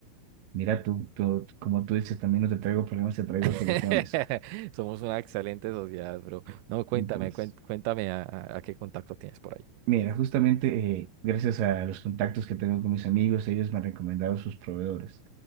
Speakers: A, on the right; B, on the right.
A: Mira, tú, tú- como tú dices, también no te traigo problemas, te traigo
B: <laughs>
A: soluciones.
B: Somos una excelente sociedad, bro. No, cuéntame,
A: Entonces.
B: cuen- cuéntame a, a- a qué contacto tienes por ahí.
A: Mira, justamente eh, gracias a los contactos que tengo con mis amigos, ellos me han recomendado sus proveedores.